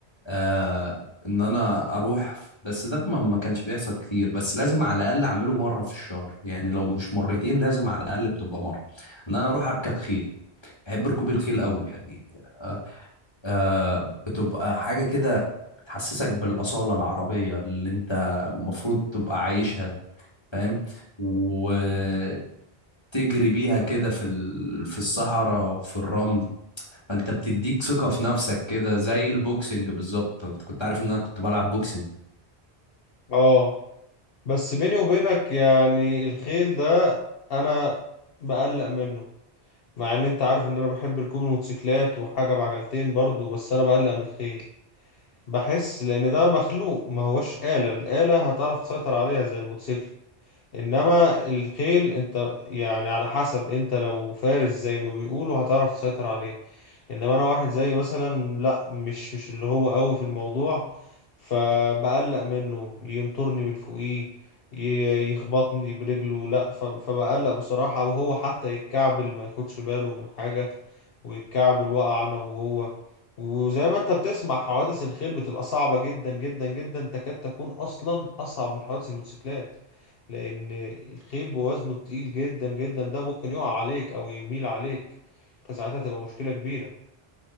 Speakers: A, on the left (about 25°); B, on the left (about 65°).
A: آه ان انا اروح ف- بس ده ما ما كانش بيحصل كتير بس لازم على الاقل اعمله مره في الشهر يعني لو مش مرتين لازم على الاقل بتبقى مره ان انا اروح اركب خيل بحب ركوب الخيل قوي يعني آه آه بتبقى حاجة كده بتحسسك بالأصالة العربية اللي أنت المفروض تبقى عايشها فاهم وتجري بيها كده في ال- في الصحراء وفي الرمل فأنت بتديك ثقة في نفسك كده زي البوكسنج بالظبط أنت كنت عارف إن أنا كنت بلعب بوكسنج
B: اه بس بيني وبينك يعني الخيل ده انا بقلق منه مع ان انت عارف ان انا بحب ركوب الموتوسيكلات وحاجة بعجلتين برضو بس انا بقلق من الخيل بحس لان ده مخلوق ما هوش آلة الآلة هتعرف تسيطر عليها زي الموتوسيكل انما الخيل انت يعني على حسب انت لو فارس زي ما بيقولوا هتعرف تسيطر عليه انما انا واحد زي مثلا لا مش مش اللي هو قوي في الموضوع فبقلق منه ينطرني من فوقيه ي- يخبطني برجله لا ف- فبقلق بصراحة وهو حتى يتكعبل ما ياخدش باله من حاجة ويتكعبل وقع انا وهو وزي ما انت بتسمع حوادث الخيل بتبقى صعبة جدا جدا جدا تكاد تكون اصلا اصعب من حوادث الموتوسيكلات لأن الخيل بوزنه تقيل جدا جدا ده ممكن يقع عليك أو يميل عليك فساعتها تبقى مشكلة كبيرة